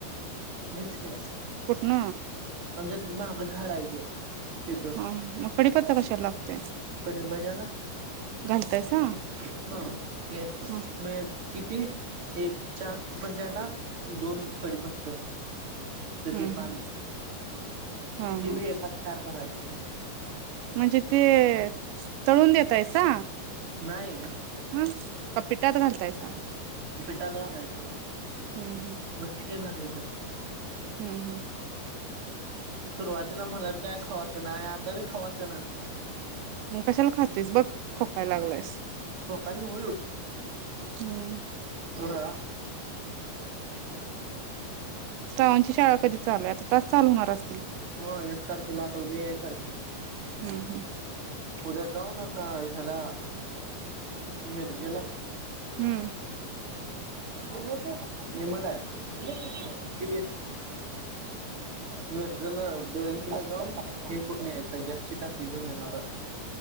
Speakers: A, on the right; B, on the right.
A: मीच की
B: कुठन
A: आमच्यात माग झाड हाय की तिथं
B: हा मग कडीपत्ता कशाला लागतोय.
A: <unintelligible>
B: घालतायसा ह
A: किती एक चार भजाला दोन कडी पत्त ते
B: हम्म
A: ते पान
B: हम् हा
A: ते
B: हा
A: बी एकात चार करायच <inaudible>
B: म्हणजे ते तळून देेतायसा
A: नाय
B: हं का पिटात घालतायसा
A: टात घालायच
B: हम्म
A: बस लय भारी <inaudible>
B: हूं हूं
A: सुरुवातीला मला बी काय खाऊ वाटनाय आणि आता बी खाऊ वाटना
B: म कशाला खातोइस बघ खोकाय लागलास
A: सकाळी नव
B: हूं
A: बरा
B: श्रावणची शाळा कधी चालू आहे आता तास चालू होणार अस
A: हो एक तारखेला आता उद्या यायचं हाय की
B: हम्म हम्म
A: फुड्या जाऊ ना का ह्याला मिर्जेला
B: हम्म
A: <inaudible> विमल आहे किती? उद्याला बँकला जाऊन पिन कोड यायचं गॅसची टाकी घेऊन येणार आहे.